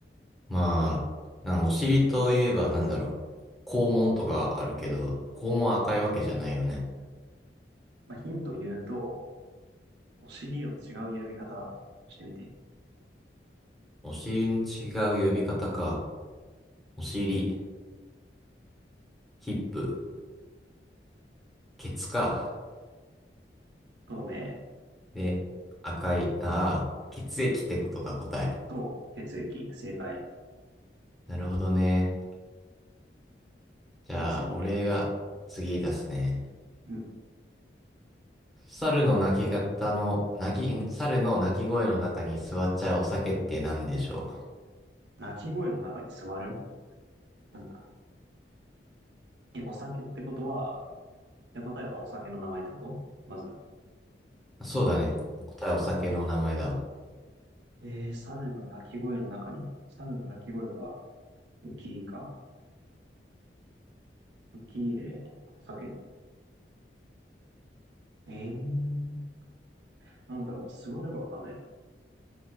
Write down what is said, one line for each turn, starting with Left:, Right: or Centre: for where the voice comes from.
Centre: まあ、なんかお尻といえばなんだろう肛門とかあるけど、肛門は赤いわけじゃないよね。
Right: まあ、ヒント言うと、お尻を違う呼び方してみて。
Centre: お尻の違う呼び方か。お尻、ヒップ、ケツか。
Right: 透明、
Centre: で、赤い、ああ、血液ってことか答え。
Right: そう、血液、正解。
Centre: なるほどね。じゃあ、
Right: じゃあ次ね。
Centre: 俺が次出すね。
Right: うん。
Centre: 猿の鳴き方の、鳴き、ん猿の鳴き声の中に座っちゃうお酒って何でしょ
Right: 鳴き声の中に座るなんだえ、お酒ってことは、で、答えはお酒の名前ってことまず。
Centre: うそうだね。答えお酒の名前だわ。
Right: えー、猿の鳴き声の中に、猿の鳴き声は、ウキーか。ウキーで、お酒。えー、なんだろう、座るがわかんないの。